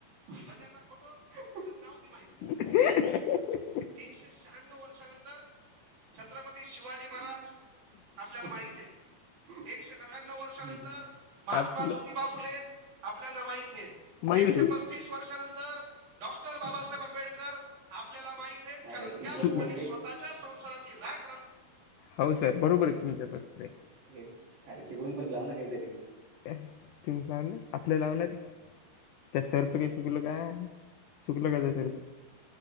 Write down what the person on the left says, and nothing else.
ह
आपलं
माहित
आहे
आपलं
हो सर बरोबर आहे तुमच्यां बरोबर आहे
तु लावणार आपल्या लावणार त्या सरचं काही चुकलं का चुकलं का जा सारचं